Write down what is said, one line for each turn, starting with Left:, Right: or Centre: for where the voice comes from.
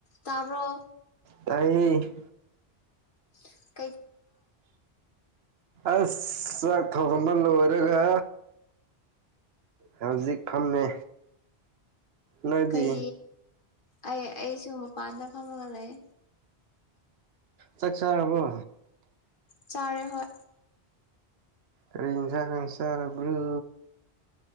Left: ꯇꯥꯕ꯭ꯔꯣ꯫
Right: ꯇꯥꯏꯌꯦ꯫
Left: <inaudible>
Right: ꯑꯁ ꯆꯥꯛ ꯊꯣꯡꯉꯝꯕ ꯂꯣꯏꯔꯒ꯫ ꯍꯧꯖꯤꯛ ꯐꯝꯃꯦ꯫ ꯅꯣꯏꯗꯤ
Left: ꯀꯩ ꯑꯩ ꯑꯩꯁꯨ ꯃꯄꯥꯟꯗ ꯐꯝꯃꯒ ꯂꯩꯌꯦ꯫
Right: ꯆꯥꯛ ꯆꯥꯔꯥꯕꯣ꯫
Left: ꯆꯥꯔꯦ ꯍꯣꯏ꯫
Right: ꯎꯝ <inaudible> ꯀꯩ ꯏꯟꯖꯥꯡ ꯆꯥꯔꯥꯕ꯭ꯔꯣ꯫